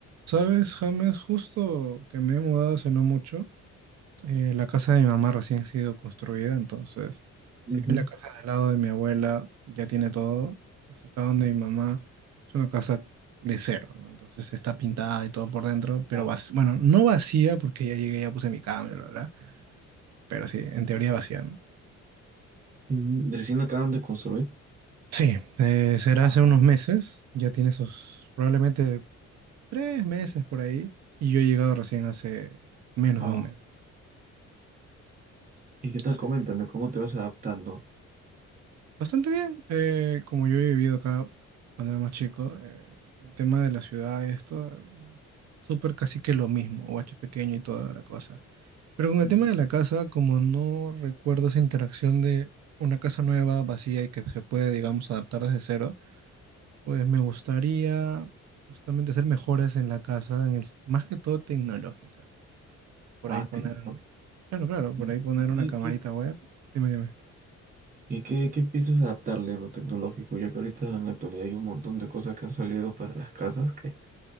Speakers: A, on the right; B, on the right.
A: Sabes, James, justo que me he mudado hace no mucho, eh, la casa de mi mamá recién ha sido construida, entonces,
B: Ujú.
A: si bien la casa al lado de mi abuela ya tiene todo, pues acá donde mi mamá es una casa de cero, ¿no? Entonces está pintada y todo por dentro, pero
B: Wow.
A: vac- bueno, no vacía porque ya llegué, ya puse mi cama, bla, bla, bla, pero sí, en teoría vacía, ¿no?
B: Mm, Recién lo acaban de construir.
A: Sí, eh, será
B: Ah,
A: hace unos meses, ya tiene sus probablemente tres meses por ahí, y yo he llegado recién hace menos
B: Ah.
A: de un mes.
B: ¿Y qué tal?
A: Sí.
B: Coméntame, ¿cómo te vas adaptando?
A: Bastante bien. Eh, como yo he vivido acá cuando era más chico, eh, el tema de la ciudad y esto, súper casi que lo mismo, guacho pequeño y toda la cosa. Pero con el
B: Mm,
A: tema de la casa, como no recuerdo esa interacción de una casa nueva, vacía y que se puede, digamos, adaptar desde cero, pues me gustaría justamente hacer mejoras en la casa, en el, más que todo tecnológicas. Por
B: Ah,
A: ahí poner,
B: tecnológico.
A: claro, claro,
B: ¿Y,
A: por ahí poner
B: y-
A: una
B: y-
A: camarita web. Dime, dime.
B: y qué, qué piensas adaptarle lo tecnológico? Ya que ahorita en la actualidad hay un montón de cosas que han salido para las casas que